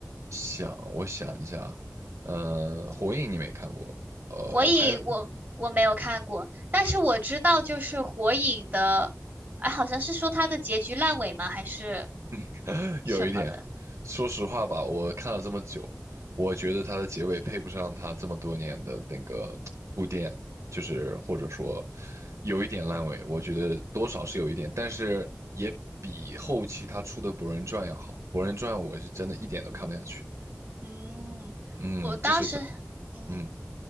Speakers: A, on the right; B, on the right.
A: 想，我想一下，呃，火影你没看过，呃，
B: 《火影》我我没有看过，
A: 还有。
B: 但是我知道就是《火影》的，哎，好像是说它的结局烂尾吗？还是
A: <laughs>
B: 什么的？
A: 有一点，说实话吧，我看了这么久，我觉得它的结尾配不上它这么多年的那个铺垫，就是或者说有一点烂尾，我觉得多少是有一点，但是也比后期他出的《博人传》要好，《博人传》我是真的一点都看不下去。
B: 嗯，
A: 嗯，
B: 我当时
A: 就是他，
B: 嗯。
A: 嗯，